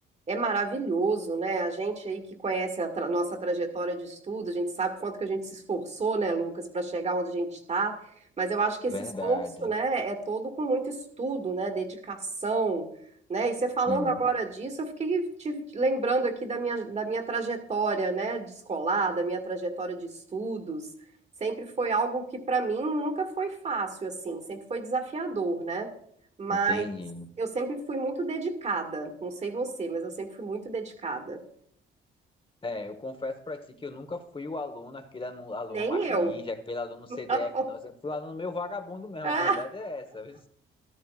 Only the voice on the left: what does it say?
Verdade.
Sim,
entendi.
É, eu confesso pra ti que eu nunca fui o aluno, aquele aluno, aluno
mais
ninja, aquele aluno CDF,
não. Eu
sempre fui um aluno meio vagabundo mesmo,
a verdade é essa. viu?